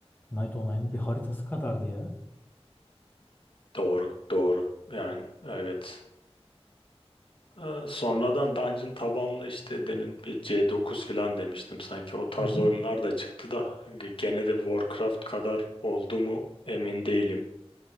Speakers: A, on the left; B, on the left.
A: Night Online'ın bir haritası kadardı ya.
B: Doğru, doğru. Yani evet. Ee, sonradan Dungeon tabanlı işte demin bir C9 falan demiştim sanki. O tarz
A: Hı hı.
B: oyunlar da çıktı da gene de Warcraft kadar oldu mu emin değilim.